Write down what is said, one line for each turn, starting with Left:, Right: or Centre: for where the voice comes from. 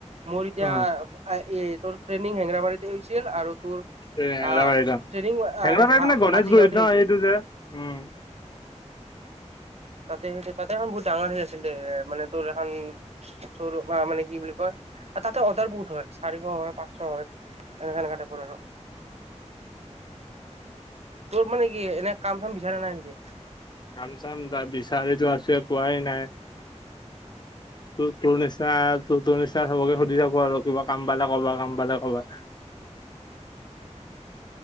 Right: মোৰ
Left: অ'
Right: এতিয়া অ এ তোৰ ট্ৰেইনিং হেঙেৰাবাৰীতে হৈছিল আৰু তোৰ
Left: এই হেঙেৰাবাৰী
Right: আহ
Left: ন!
Right: ট্ৰেইনিং
Left: হেঙেৰাবাৰী মানে গণেশগুৰিত
Right: হাতী গাঁওতে
Left: ন
Right: হৈছিল
Left: এইটো যে! উম্।
Right: তাতে সেই তাতে এখন বহুত ডাঙৰ সেই আছিল দে। মানে তোৰ এখন <unintelligible> নে কি বুলি কয়! অ তাতে অৰ্ডাৰ বহুত হয়। চাৰিশ হয়, পাঁচশ হয়, সেনেকা সেনেকা টাইপৰ আৰু। তোৰ মানে কি এনে কাম চাম বিচাৰে নাই নেকি।
Left: কাম চাম তাৰ বিচাৰিতো আছে পোৱাই নাই। তোৰ তোৰ নিচিনা ত তোৰ নিচিনা চবকে সুধি থাকো আৰু কিবা কাম পালে কবা কাম পালে ক'বা। <unintelligible>